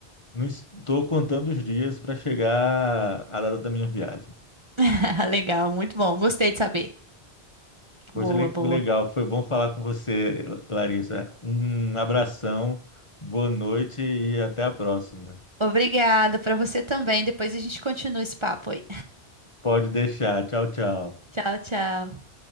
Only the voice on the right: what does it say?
<laughs> Legal, muito bom. Gostei de saber.
Boa,
boa.
Obrigada pra você também. Depois a gente continua esse papo aí.
<laughs> Tchau, tchau.